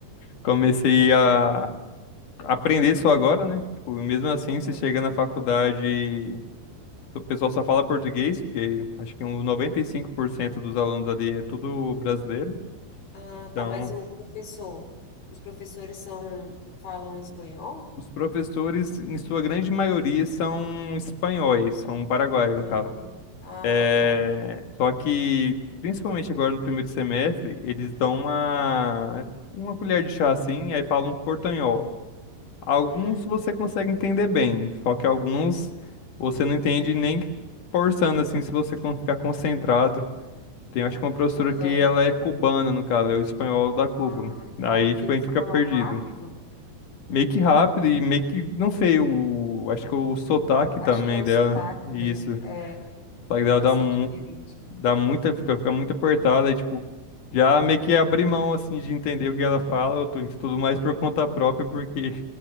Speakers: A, on the left; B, on the left.
A: comecei
B: Aham,
A: a aprender só agora, né? Tipo, mesmo assim,
B: aham.
A: você chega na faculdade, o pessoal só fala português, porque acho que uns 95% dos alunos ali é tudo brasileiro,
B: Ah,
A: então.
B: tá, mas o professor, os professores são, falam espanhol?
A: Os professores, em sua grande maioria, são espanhóis, são paraguaios,
B: Ah,
A: no caso.
B: ah,
A: É,
B: tá.
A: Só que, principalmente agora no primeiro semestre, eles dão uma, uma colher de chá assim, aí falam portanhol. Alguns
B: Hum,
A: você consegue entender bem, só que alguns você não entende nem que forçando assim, se você con- ficar concentrado. Tem, acho que uma professora
B: aham.
A: que ela é cubana, no caso, é o espanhol da Cuba.
B: Ah,
A: Daí,
B: tá.
A: tipo,
B: Eles
A: a gente fica
B: falam
A: perdido.
B: rápido?
A: Meio que rápido e meio que, não sei, o, acho que o sotaque
B: Acho
A: também
B: que é o
A: dela,
B: sotaque,
A: isso.
B: né?
A: O
B: É,
A: sotaque dela
B: deve
A: dá,
B: ser
A: mu-
B: diferente.
A: dá muita, fica, fica muito apertada, e tipo, já meio que abri mão, assim, de entender o que ela fala, eu tô- tudo mais por conta própria, porque